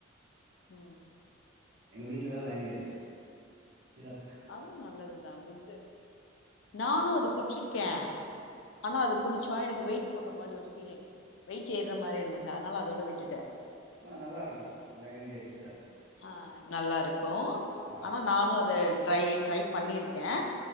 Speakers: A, on the left (about 80°); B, on the right (about 60°).
A: ம்
B: எங்க வீட்லல்லா லைன்டேட்ஸ் சிரப்
A: அதுவு நல்லதுதா குட்டு நானு அது குட்ச்சிருக்க ஆனா அது குடிச்ச எனக்கு வெயிட் போட்ற மாரி ஒரு ஃபீலிங் வெயிட் ஏற்ர மாரி இருந்துச்சு அதனால அதோட விட்டுட்ட
B: ஆ நல்லா இருக்கு லைன்டேட் சிரப்
A: ஆ நல்லா இருக்கும்
B: பால்
A: அனா நானு அதை ட்ரை ட்ரை பண்ணிருக்க